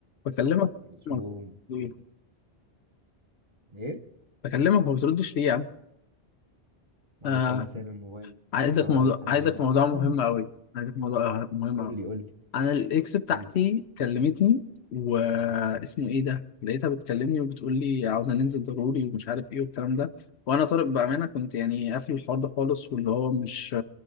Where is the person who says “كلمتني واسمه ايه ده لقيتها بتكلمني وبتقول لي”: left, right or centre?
Left